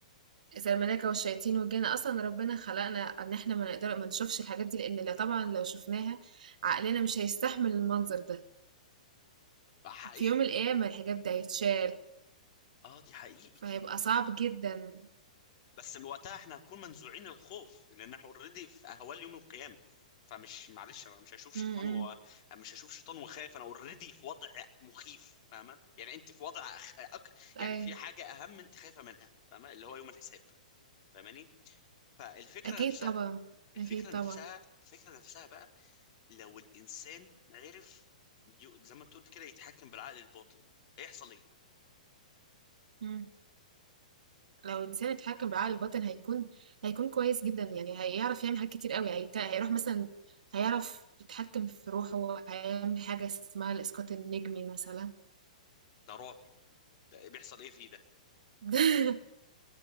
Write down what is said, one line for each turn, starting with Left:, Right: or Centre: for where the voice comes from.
Right: زي الملائكة والشياطين والجن اصلا ربنا خلقنا ان احنا ما نقدر ما نشوفش الحاجات دي لان لا طبعا لو شفناها عقلنا مش هيستحمل المنظر ده
Left: آه، حقيقي
Right: في يوم القيامة الحجاب ده هيتشال
Left: اه دي حقيقي
Right: فهيبقى صعب جدا
Left: بس وقتها احنا هنكون منزوعين الخوف لان احنا اوريدي في اهوال يوم القيامه فمش معلش انا مش هشوف شيطان
Right: امم
Left: و... مش هشوف شيطان وخايف انا اوريدي في وضع مخيف فاهمه يعني انت في وضع أخ... أك... يعني
Right: اي
Left: في حاجه اهم انت خايفه منها فاهمه اللي هو يوم الحساب فاهماني فالفكره
Right: اكيد
Left: نفسها
Right: طبعا
Left: الفكره
Right: اكيد طبعا
Left: نفسها الفكره نفسها بقى لو الانسان عرف ي- زي ما انت قلت كده يتحكم بالعقل الباطن هيحصل ايه
Right: امم لو الانسان اتحكم بعقل الباطن هيكون هيكون كويس جدا يعني هيعرف يعمل حاجات كتير قوي هيت... هيروح مثلا هيعرف يتحكم في روحه هيعمل حاجة اسمها الإسقاط النجمي مثلا
Left: ده رعب ده إيه بيحصل ايه فيه ده
Right: <laughs>